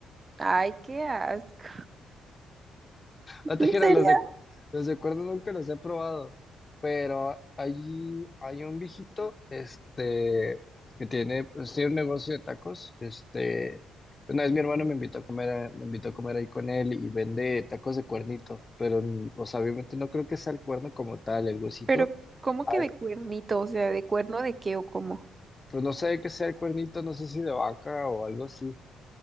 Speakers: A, on the right; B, on the left.
A: Ay, qué asco.
B: No te
A: ¿En
B: creas,
A: serio?
B: los de, cu- los de cuerda nunca los he probado, pero allí hay un viejito, este, que tiene, pues, tiene un negocio de tacos, este, una vez mi hermano me invitó a comer, a- me invitó a comer ahí con él y vende tacos de cuernito, pero, mm, o sea, obviamente no creo que sea el cuerno como tal, el huesito,
A: Pero, ¿cómo que
B: Ah,
A: de cuernito? O sea, ¿de cuerno de qué o cómo?
B: pues no sé qué sea el cuernito, no sé si de vaca o algo así,